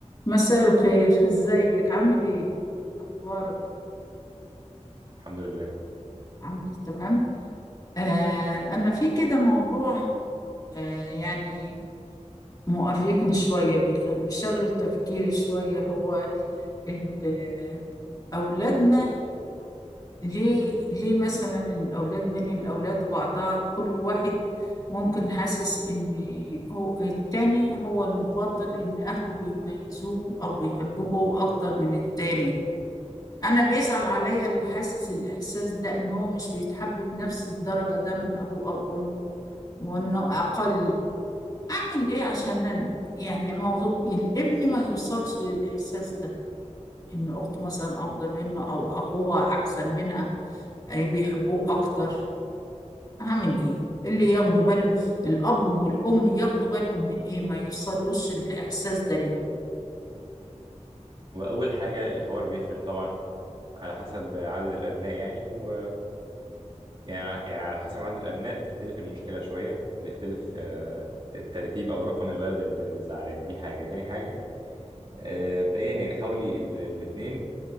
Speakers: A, on the left; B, on the right.
A: مساء الخير ازيك عامل ايه اخبارك
B: الحمد لله
A: عامل ايه تمام آه انا في كده موضوع آه يعني مؤرقني شويه بيخ- بيشغل تفكيري شويه هو ال- اولادنا ليه ليه مثلا الاولاد من الاولاد وبعضها كل واحد ممكن حاسس ان هو التاني هو المفضل ان اهله بيميزوه او بيحبوه اكتر من التاني انا بيزعل عليا اللي حاسس الاحساس ده ان هو مش بيتحب بنفس الدرجة ده من ابوه او امه وانه اقل اعمل ايه عشان أن- يعني موضوع الابن ما يوصلش للاحساس ده ان اخته مثلا افضل منه او اخوها احسن منها أي بيحبوه اكتر اعمل ايه اللي ياخدوا باله الاب والام ياخدوا بالهم من ايه ما يوصلوش الاحساس ده ليهم
B: واول حاجه الحوار بيفرق طبعا على حسب عدد الابناء يعني و يعني يعني على حسب عدد الابناء بتختلف المشكله شويه وبيختلف آه، الترتيب او رقم الولد اللي اللي زعلان دي حاجه تاني حاجه آه، مبدئيا يعني حاولي الاثنين